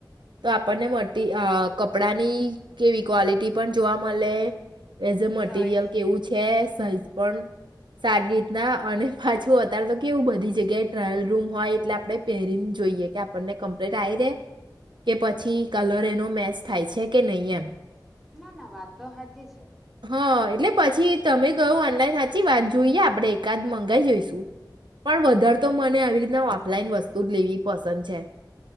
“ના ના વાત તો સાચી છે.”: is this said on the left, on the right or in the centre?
Centre